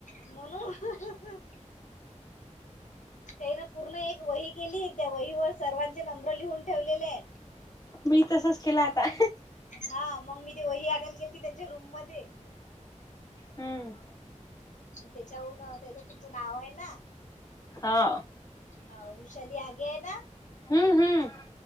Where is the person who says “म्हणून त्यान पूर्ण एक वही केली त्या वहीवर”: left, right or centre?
Left